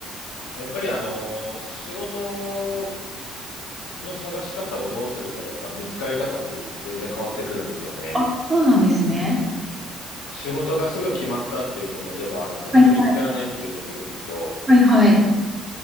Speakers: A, on the left; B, on the right.
A: やっぱりあの、仕事の探し方をどうするかで、やっぱ見つかり方って全然変わってくるんですよね。
B: あ、そうなんですね。
A: 仕事がすぐ決まったっていう人もいれば、なかなか見つからないっていう人もいるんですよ。
B: はいはい。はいはい。